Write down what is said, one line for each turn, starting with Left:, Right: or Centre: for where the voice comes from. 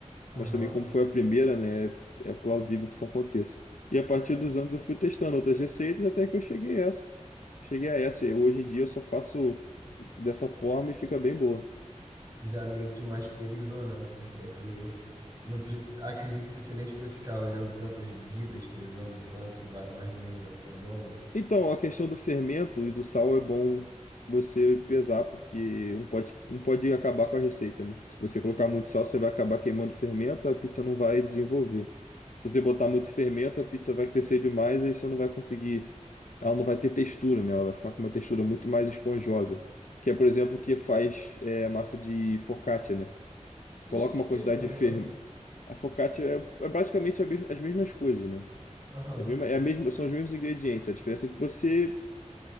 Right: aham.
Left: Mas também, como foi a primeira, né? É é plausível que isso aconteça. E a partir dos anos eu fui testando outras receitas até que eu cheguei a essa. Cheguei a essa. E hoje em dia eu só faço dessa forma e fica bem boa.
Right: já meio que masterizou, né? Você sempre. Não, pre- acredito que você nem precisa ficar olhando tantas medidas, pesando tanto, vai mais no olho- olhômetro.
Left: Então, a questão do fermento e do sal é bom você pesar, porque um pode, um pode acabar com a receita, né? Se você colocar muito sal, você vai acabar queimando o fermento, a pizza não vai desenvolver. Se você botar muito fermento, a pizza vai crescer demais, aí você não vai conseguir. Ela não vai ter textura, né? Ela vai ficar com uma textura muito mais esponjosa. Que é, por exemplo, o que faz é, massa de focaccia, né? Você
Right: E
Left: coloca
Right: o que
Left: uma quantidade
Right: é? Aham,
Left: de fermento. A focaccia é, é basicamente a mesma- as mesmas coisas, né?
Right: aham,
Left: A mesma- é a mesma, são os mesmos ingredientes. A diferença é que você